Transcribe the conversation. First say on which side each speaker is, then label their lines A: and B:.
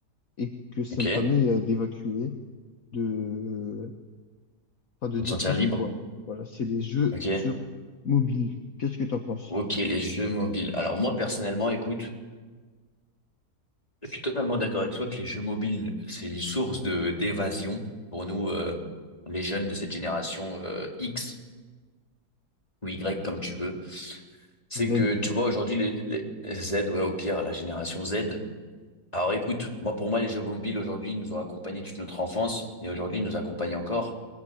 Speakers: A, on the left (about 60°); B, on the left (about 25°).
A: et que ça
B: Ok.
A: me permet euh, d'évacuer, de, euh, enfin, de
B: De
A: déstresser,
B: te sentir libre.
A: quoi. Voilà, c'est les jeux
B: Ok.
A: sur mobile. Qu'est-ce que t'en penses?
B: Ok, les jeux mobiles. Alors moi, personnellement, écoute, je suis totalement d'accord avec toi que les jeux mobiles, c'est une source de d'évasion pour nous, euh, les jeunes de cette génération euh, X ou Y, comme tu veux. C'est
A: Z.
B: que, tu vois, aujourd'hui, les, les Z, ouais, au pire, la génération Z. Alors écoute, moi, pour moi, les jeux mobiles, aujourd'hui, ils nous ont accompagnés toute notre enfance et aujourd'hui, ils nous accompagnent encore.